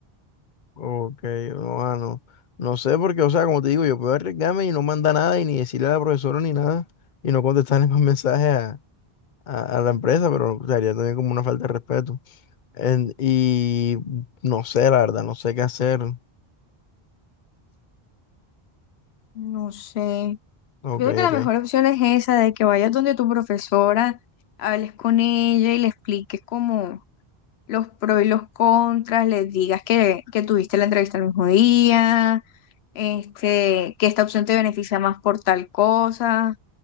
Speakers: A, on the left (about 50°); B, on the left (about 85°).
A: Ok, no, ah, no. No sé porque, o sea, como te digo, yo puedo arriesgarme y no mandar nada y ni decirle a la profesora ni nada y no contestarle <laughs> más mensajes a, a- a la empresa, pero sería también como una falta de respeto. En- y no sé, la verdad, no sé qué hacer.
B: No sé. Yo
A: Ok,
B: creo que la
A: ok.
B: mejor opción es esa, de que vayas donde tu profesora, hables con ella y le expliques como los pros y los contras, les digas que, que tuviste la entrevista el mismo día, este, que esta opción te beneficia más por tal cosa